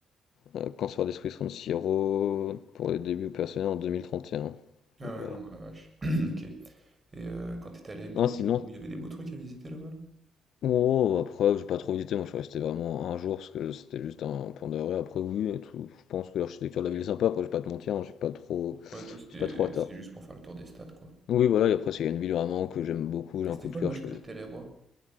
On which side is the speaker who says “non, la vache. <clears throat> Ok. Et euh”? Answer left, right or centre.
Right